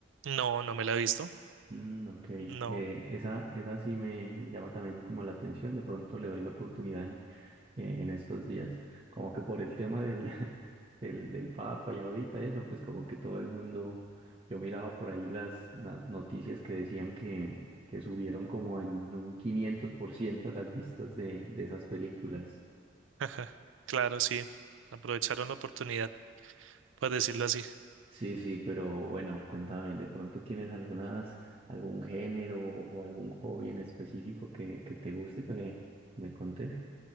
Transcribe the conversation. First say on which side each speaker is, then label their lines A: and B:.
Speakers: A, on the right; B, on the right.
A: No, no me la he visto,
B: Mm, ok,
A: no.
B: Eh, esa, esa sí me, me llama también como la atención, de pronto le doy la oportunidad en, eh, en estos días, como que por el tema del, <laughs> del, del Papa y ahorita eso, pues como que todo el mundo, yo miraba por ahí las na- noticias que decían que, que subieron como en un 500% las vistas de, de esas películas.
A: <laughs> Claro, sí, aprovecharon la oportunidad, por decirlo así.
B: Sí, sí, pero bueno, cuéntame, ¿de pronto tienes algunas, algún género o algún hobby en específico que, que te guste que me contes?